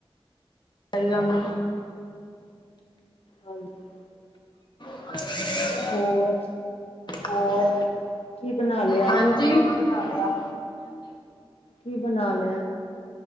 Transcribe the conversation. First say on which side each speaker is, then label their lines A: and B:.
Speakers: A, on the left; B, on the left.
A: ਹਰਿਆਣਾ
B: ਹਾਂਜੀ।
A: <inaudible>
B: ਹੋਰ?
A: ਹੋਰ
B: ਕੀ ਬਣਾ ਲਿਆ
A: ਹਾਂਜੀ-ਹਾਂਜੀ ਬਣਾ ਲਿਆ
B: ਕੀ ਬਣਾ ਲਿਆ,